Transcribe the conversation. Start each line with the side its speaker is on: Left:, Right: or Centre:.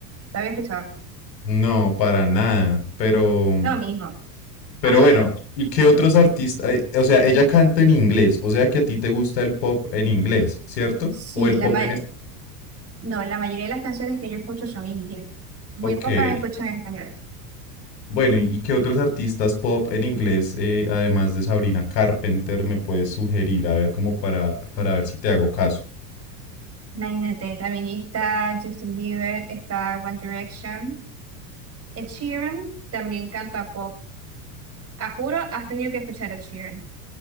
Right: ¿La había escuchado?
Left: No, para nada, pero
Right: No, mi hijo.
Left: Pero
Right: Ah,
Left: bueno, ¿y qué otros artistas? eh, O sea, ella canta en inglés, o sea que a ti te gusta el pop en inglés, ¿cierto?
Right: sí,
Left: O el
Right: la
Left: pop,
Right: ma- no, la mayoría de las canciones que yo escucho son en inglés. Muy
Left: ok.
Right: pocas escucho en español.
Left: Bueno, ¿y qué otros artistas pop en inglés, eh, además de Sabrina Carpenter, me puedes sugerir? A ver, como para, para ver si te hago caso.
Right: Imagínate, también está Justin Bieber, está One Direction. Ed Sheeran también canta pop. A juro, has tenido que escuchar a Ed Sheeran.